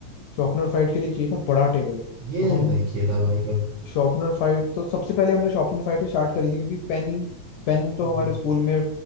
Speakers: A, on the left; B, on the right.
A: शॉर्पनर फाइट के लिए चाहिए था बड़ा टेबल
B: ये
A: तो हम
B: नहीं खेला भाई कभी
A: शॉर्पनर फाइट तो सबसे पहले हमने शॉर्पनर फाइट ही स्टार्ट करी थी क्योंकि पेन पेन तो
B: हम्म,
A: हमारे स्कूल में अ,